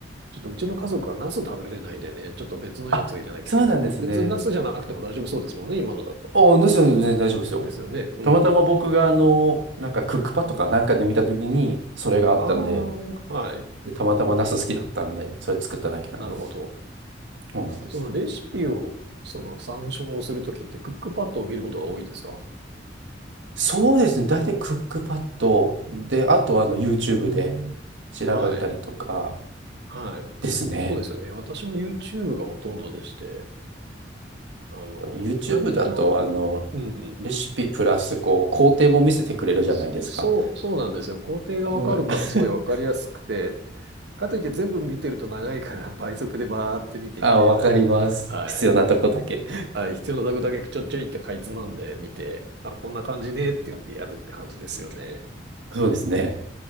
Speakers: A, on the right; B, on the right.
A: ちょっとうちの家族はナス食べれないんでね、ちょっと別のやつを入れなきゃいけないですけど、
B: あ、そうなんですね。
A: 別にナスじゃなくても大丈夫そうですもんね、今のだと。
B: お、なしだ全然大丈夫ですよ。
A: ですよね。うん。
B: たまたま僕があの、なんかクックパッドかなんかで見たときに、それがあったんで、
A: ああ、はい。
B: で、たまたまナス好きだったんで、それ作っただけなんで、
A: なるほど。
B: そうなんですよ。
A: そのレシピを、その参照するときって、クックパッドを見ることが多いですか
B: そうですね。大体クックパッドで、あとあの YouTube
A: うーん。
B: で調べたりとか
A: はい。はい。
B: ですね。
A: そうですよね。私も YouTube がほとんどでして、あの、
B: YouTube
A: なんとなく、
B: だとあの、
A: うん、
B: レシピプラスこう工程も見せてくれるじゃないですか。
A: そ、そう、そうなんですよ。工程がわかるからすごいわかりやすくて、
B: はい。<laughs>
A: かといって全部見てると長いから倍速でバーって見てみたいな。
B: あ、わかります。
A: はい。
B: 必要なとこだけ。
A: はい。必要なとこだけちょちょいってかいつまんで見て、あ、こんな感じねって言ってやるって感じですよね。
B: そうですね。